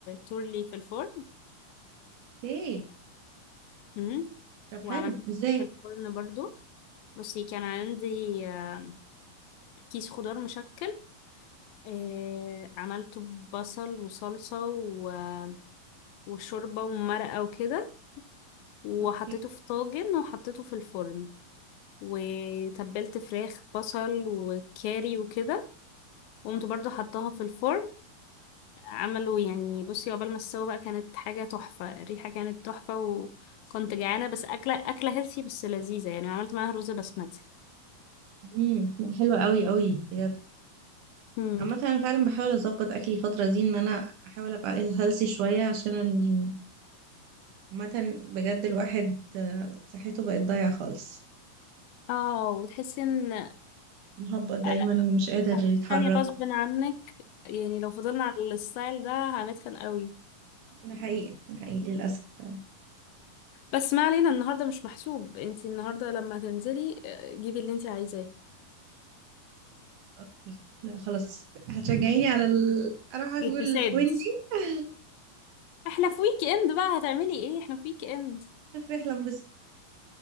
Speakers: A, on the left; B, on the right.
A: تورلي في الفرن
B: ايه
A: امم
B: طب
A: وعملت
B: حلو ازاي
A: في الفرن برضو بصي كان عندي آه، كيس خضار مشكل آه، عملته ببصل وصلصة و- آه، وشوربة ومرقة وكده وحطيته
B: اوكي
A: في طاجن وحطيته في الفرن وتبلت فراخ بصل وكاري وكده وقمت برضو حطاها في الفرن عملوا يعني بصي عقبال ما استوى بقى كانت حاجة تحفة الريحة كانت تحفة وكنت جعانة بس أكلة أكلة هيلثي بس لذيذة يعني عملت معاها رز بسمتي
B: امم حلوة قوي قوي بجد
A: مم.
B: عامة انا فعلا بحاول اظبط اكلي الفترة دي ان انا احاول ابقى هيلثي شوية عشان ال- عامة بجد الواحد آه، صحته بقت ضايعة خالص
A: اه وتحسي ان
B: مهبط دايما
A: أ-
B: ومش قادر
A: هتتخني
B: يتحرك
A: غصب عنك يعني لو فضلنا على الستايل ده هنتخن قوي
B: ده حقيقي ده حقيقي للأسف فعلا.
A: بس ما علينا النهارده مش محسوب انتي النهارده لما هتنزلي آه، جيبي اللي انتي عايزاه
B: اوكي لا خلاص هتشجعيني على ال... أروح أقول
A: الفساد
B: ويندي <laughs>
A: احنا في ويك اند بقى هتعملي ايه احنا في ويك اند
B: أنا في رحلة انبسط